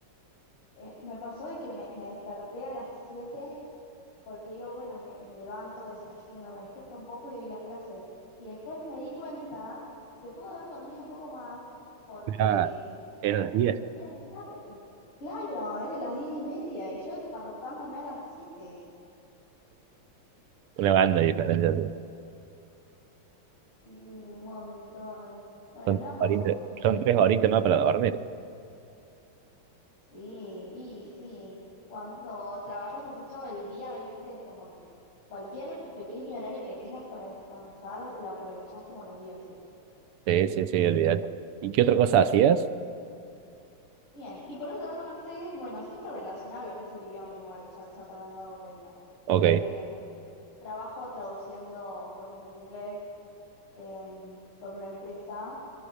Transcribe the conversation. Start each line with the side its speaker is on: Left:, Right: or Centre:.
Left: Eh, me pasó de que me, me desperté a las siete porque digo, bueno, me, me levanto, desayuno, me despierto un poco y doy la clase. Y después me di cuenta que pude haber dormido un poco más porque,
Right: era,
Left: total,
Right: eran las diez.
Left: era más tarde. Claro, era las diez y media y yo despertándome a las siete.
Right: Una banda de diferencia, sí.
Left: Sí, un montón. Bueno,
Right: Son,
Left: me ha pasado
Right: horita-
Left: un par de
Right: son
Left: veces
Right: tres horitas más
Left: así.
Right: para dormir.
Left: Sí, y sí. Cuando trabajas así todo el día, viste, es como que cualquier pequeño horario que tengas para descansar lo aprovechás como los dioses.
Right: Sí, sí, sí, olvídate. ¿Y qué otra cosa hacías?
Left: Bien, y por otra parte, bueno, siempre relacionado a lo que es el idioma igual, ya, ya te habrás dado cuenta.
Right: Ok,
Left: Eh, bueno, trabajo traduciendo cosas en inglés em, con una empresa